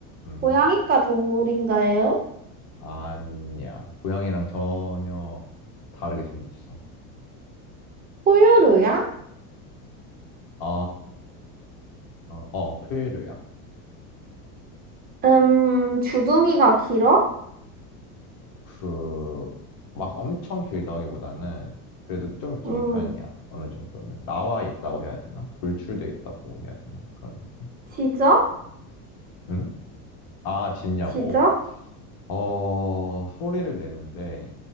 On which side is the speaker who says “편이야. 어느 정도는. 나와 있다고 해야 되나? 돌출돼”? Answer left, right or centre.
Left